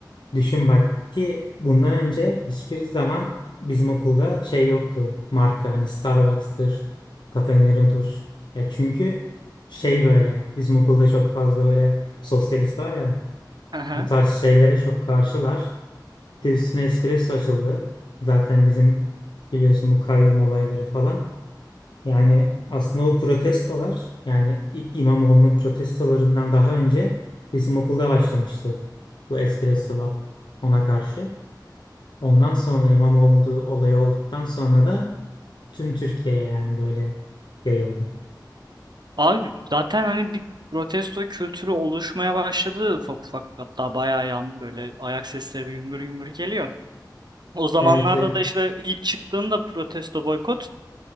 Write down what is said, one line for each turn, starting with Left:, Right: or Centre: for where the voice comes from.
Left: düşün bak ki bundan önce hiçbir zaman bizim okulda şey yoktu. Marka hani Starbucks'tır, Cafe Nero'dur. Ya çünkü şey böyle bizim okulda çok fazla böyle sosyalist var ya
Right: aha.
Left: bu tarz şeylere çok karşılar. Bir de üstüne espresso açıldı. Zaten bizim biliyorsun bu kayyum olayları falan. Yani aslında o protestolar yani ilk İmamoğlu'nun protestolarından daha önce bizim okulda başlamıştı. Bu Espresso Lab ona karşı. Ondan sonra İmamoğlu olayı olduktan sonra da tüm Türkiye'ye yani böyle yayıldı.
Right: Abi zaten hani bir protesto kültürü oluşmaya başladı ufak ufak hatta bayağı yan böyle ayak sesleri bir gümbür gümbür geliyor. O zamanlarda
Left: Evet evet
Right: da işte ilk çıktığında protesto boykot